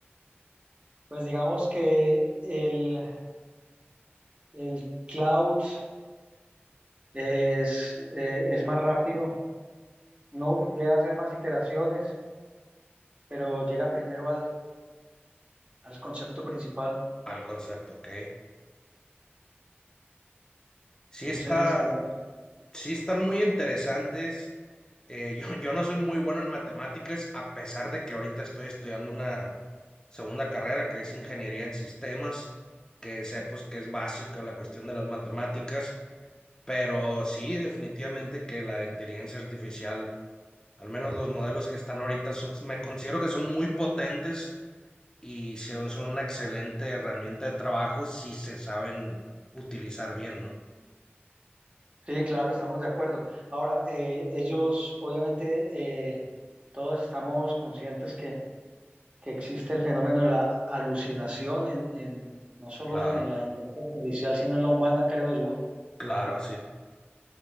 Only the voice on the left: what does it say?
Al concepto, ok. Sí
está,
sí están muy interesantes. Eh, <laughs> yo, yo no soy muy bueno en matemáticas, a pesar de que ahorita estoy estudiando una segunda carrera que es ingeniería en sistemas, que sé pues que es básica la cuestión de las matemáticas. Pero sí, definitivamente que la inteligencia artificial, al menos los modelos que están ahorita, son- me considero que son muy potentes y se- son una excelente herramienta de trabajo si se saben utilizar bien, ¿no?
Claro,
claro, sí,